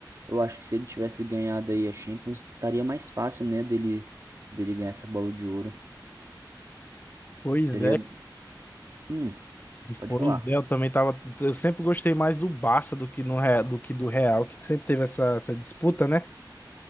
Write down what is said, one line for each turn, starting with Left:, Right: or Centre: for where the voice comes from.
Right: eu acho que se ele tivesse ganhado aí a Champions, estaria mais fácil, né, dele, dele ganhar essa bola de ouro.
Left: Pois
Right: Seria.
Left: é,
Right: Hum, pode
Left: pois
Right: falar.
Left: é, eu também tava. Eu sempre gostei mais do Barça do que, no, Re- do que do Real, que sempre teve essa, essa disputa, né?